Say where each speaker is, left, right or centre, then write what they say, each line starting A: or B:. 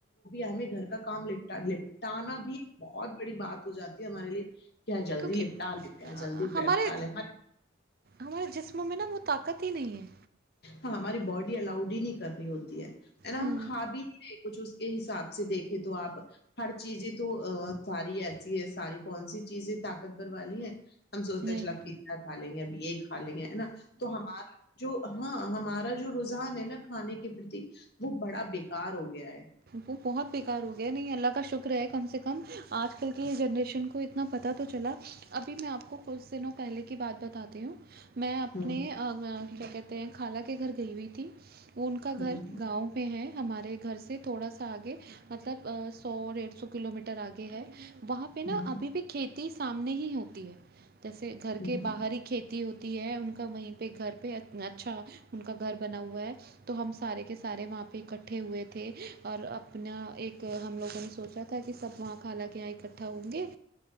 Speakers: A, on the left; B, on the right.
A: ہمیں گھر کا کام بھی نیپٹانا بھی بہت بڑی بات ہو جاتی ہے ہمارے لیے کیا جلدی
B: کیونکہ
A: لپٹا لیتے ہیں جلدی لپٹا
B: ہمارے
A: لے
B: ہمارے جسموں میں نا وہ طاقت ہی نہیں ہے
A: ہاں ہماری باڈی الاؤڈ ہی نہیں کر رہی ہوتی ہے ہے نا
B: ہوں
A: ہم کھا بھی نہیں رہے ہیں کچھ اس کے حساب سے دیکھ تو آپ ہر چیزیں تو ساری ایسی ہے ساری کون سی چیزیں طاقت بھر والی ہیں ہم سوچتے
B: نہیں
A: ہیں چل پیزا کھا لیں گے ایک پھا لیں نا تو ہمارا جو ہاں ہمارا جو رجحان ہے نا کھانے کے پرتی وہ بڑا بیکار ہو گیا ہے
B: وہ بہت بیکار ہو گیا نہیں اللہ کا شکر ہے کم سے کم آج کل کی جنریشن کو اتنا پتہ تو چلا ابھی میں آپ کو کچھ دنوں پہلے کی بات بتاتی ہوں میں اپنے
A: ہوں
B: کیا کہتے ہیں خالاہ کے گھر گئی ہوئی تھی وہ ان کا
A: ہوں
B: گھر گاؤں میں ہے ہمارے گھر سے تھوڑا سا آگے مطلب سو ڈیڑھ سو کلو میٹر آگے ہے وہاں پہ
A: ہوں
B: نا ابھی بھی کھیتی سام نہیں ہوتی ہے جیسے گھر
A: ہوں
B: کے باہری کھیتی ہوتی ہے ان کا وہیں پہ گھر پہ اچھا ان کا گھر بنا ہوا ہے تو ہم سارے کے سارے وہاں پہ اکٹھے ہوئے تھے اور اپنا ایک ہم لوگوں نے سوچا تھا کہ سب وہاں کال کے یہاں اکٹھا ہوں گے